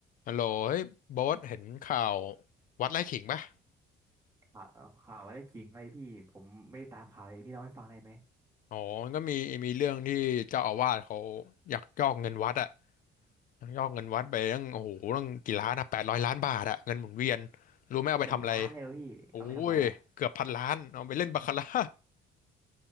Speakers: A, on the left (about 55°); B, on the right (about 20°).
A: ฮัลโหลเฮ้ยโบ๊ทเห็นข่าววัดไร่ขิงปะ
B: ข่าวเอ่อข่าวอะไรขิงเลยพี่ ผมไม่ได้ตามข่าวเลยพี่เล่าให้ฟังได้ไหม
A: อ๋อมันก็มีมีเรื่องที่เจ้าอาวาสเขาอยากยอกเงินวัดอะยักยอกเงินวัดไปตั้งโอ้โหตั้งกี่ล้านอะแปดร้อยล้านบาทอะเงินหมุนเวียนรู้ไหมเอาไปทำอะไร
B: เป็นล้านเลยเหรอพี่
A: โอ้ยเกือบพันล้านเอาไปเล่นบาคาร่า
B: เอาไปทำอะไรอ่ะ